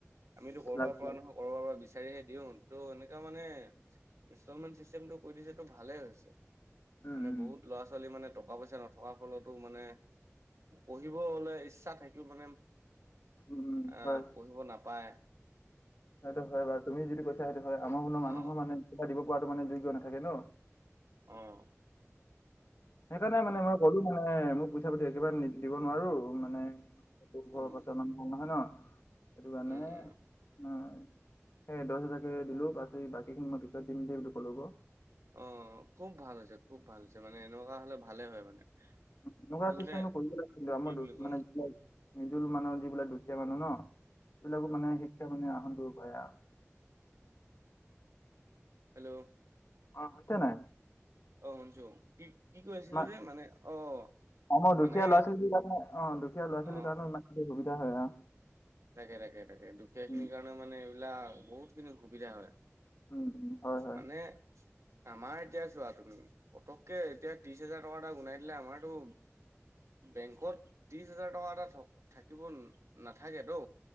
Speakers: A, on the right (about 70°); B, on the left (about 60°).
A: আমিটো কৰবাৰ
B: লাজ
A: পৰা
B: লাজ
A: নহয় কৰবাৰ পৰা বিচাৰিহে দিওঁ। ত' এনেকা মানে ইনষ্টলমেণ্ট চিষ্টেমটো কৰি দিছেটো ভালে হৈছে। মানে
B: উম উম
A: বহুত ল'ৰা-ছোৱালী মানে টকা-পইচা নথকাৰ ফলতো মানে পঢ়িবলে ইচ্ছা থাকিও মানে
B: উম উম
A: আ
B: হয়
A: পঢ়িব নাপায়।
B: সেইটো হয় বাও। তুমি যিটো কৈছা সেইটো হয়। আমাৰ ভূণ মানুহৰ
A: অ
B: মানে কিবা দিব পৰাটো মানে যোগ্য নাথাকে ন'।
A: অঁ
B: সেইকাৰণে মানে মই ক'লো মানে মোক পইচা-পাতি একেবাৰে নি দিব নোৱাৰোঁ। মা মানে ঘৰৰ
A: উম
B: অৱস্থা ইমান ভাল নহয় ন' সেইটো কাৰণে।
A: উম উম
B: হয়, হে দহ হেজাৰকে দিলো বাকী বাকী খিনি মই পিছত দিম দেই বুলি ক'লো ক '।
A: অঁ, খুওব ভাল হৈছে, খুওব ভাল হৈছে মানে এনেকুৱা হ'লে ভালে হয় মানে।
B: এনেকুৱা
A: আচলতে
B: চিষ্টেমটো কৰি আছিলোঁ আমাৰ
A: কি
B: দুদিনমান
A: বুলি ক'ম
B: হৈছিলেই। মিডল মানুহ যিবিলাক দুখীয়া মানুহ ন' সেইবিলাকো মানে, শিক্ষা মানে আহৰণ কৰিব পাৰে আৰু।
A: হেল্ল!
B: অঁ, শুনিছা নাই?
A: অঁ, শুনিছো, কি কি কৈছিলি
B: ইমান
A: যে মানে অ'
B: আমাৰ দুখীয়া
A: মানে
B: ল'ৰা-ছোৱালীখিনিৰ কাৰণে অঁ, দুখীয়া ল'ৰা-ছোৱালীৰ
A: অ
B: কাৰণেও ইমানখি সুবিধা হয় আৰু।
A: তাকে, তাকে তাকে। দুখীয়াখিনিৰ
B: উম
A: কাৰণেও মানে এইবিলাক বহুতখিনি সুবিধা হয়।
B: উম উম, হয় হয়
A: মানে আমাৰ এতিয়া চোৱা তুমি পতককে এতিয়া ত্ৰিশ হেজাৰ টকা এটা গুনাইদিলে আমাৰতো বেংকত ত্ৰিশ হাজাৰ টকা এটা থক্ থাকিব নাথাকেটো।